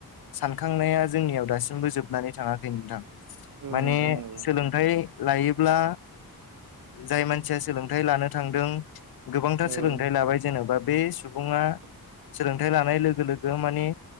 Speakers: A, on the left; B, on the right.
A: सानखांनाया जोंनियाव दासिमबो जोबनानै थाङाखै नोंथां
B: औ
A: माने
B: नोंथां औ
A: सोलों हाय लायोब्ला जाय मानसिया सोलोंथायाइ लानो थांदों गोबांथार सोलोंथाइ
B: औ
A: लाबाय जेन'बा बे सुबुङा
B: औ
A: सोलोंथाइ लानाय लोगो लोगो मानिे